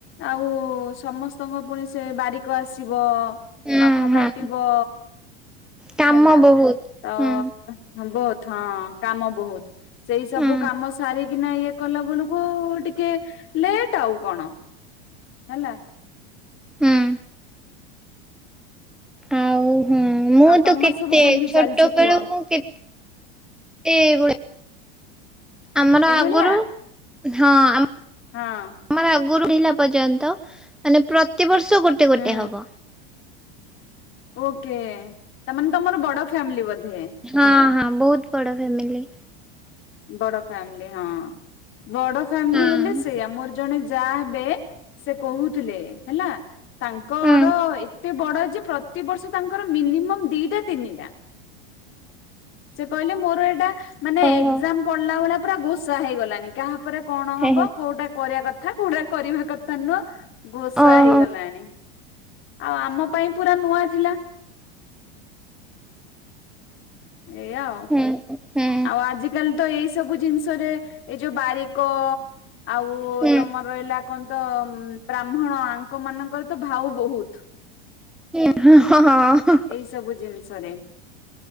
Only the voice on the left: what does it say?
ଆଉ ସମ ସ୍ତଙ୍କ ପୁଣି ସେ ବାରିକ ଆସିବ
ନଖ
କାଟିବ
ହେଲା
ତ ହ
ବହୁତ ହଁ କାମ ବହୁତ। ସେଇ ସବୁ
କାମ ସାରିକିନା ଇଏ କଲା ବେଳକୁ ଟିକେ ଲେଟ୍ ଆଉ କଣ? ହେଲା।
ଆଉ ତମର
ସବୁ କେମିତି
ଚାଲିଛି
କୁହ
ଏଇଭଳିଆ
ହଁ
ହୁଁ
ଓକେ। ତାମାନେ ତମର ବଡ ଫ୍ୟାମିଲି ବୋଧେ।
ବଡ ଫ୍ୟାମିଲି ହଁ। ବଡ ଫ୍ୟାମିଲି
ହେଲେ ସେଇଆ। ମୋର ଜଣେ ଯା ହେବେ ସେ କହୁଥିଲେ, ହେଲା ତାଙ୍କର
ଏ ତେ ବଡ ଯେ ପ୍ରତିବର୍ଷ ତାଙ୍କର ମିନିମମ୍ ଦିଟା, ତିନିଟା। ସେ କହିଲେ ମୋର ଏଟା ମାନେ
ଏକ୍ସାମ ପଡିଲା ଭଳିଆ ପୁରା ଘୋଷା ହେଇଗଲାଣି। କାହାପରେ କଣ ହବ,
କୋଉଟା କରିବା କଥା। କଥା। କୋଉଟା କରିବା କଥା ନୁହଁ ଘୋଷା
ହେଇଗଲାଣି। ଆଉ ଆମ ପାଇଁ ପୁରା ନୂଆ ଜିଲା। ଏଇଆ ଆଉ।
ଆଉ ଆଜି ଏଇ ସବୁ ଜିନିଷରେ ଏଇ ଯୋଉ ବାରିକ, ଆଉ
ତମର ରହିଲା କଣ ତ ବ୍ରାହ୍ମଣ ଆଙ୍କ ମାନଙ୍କର ତ ଭାଉ ବହୁତ୍।
ଏଇ ସବୁ ଜିନିଷରେ।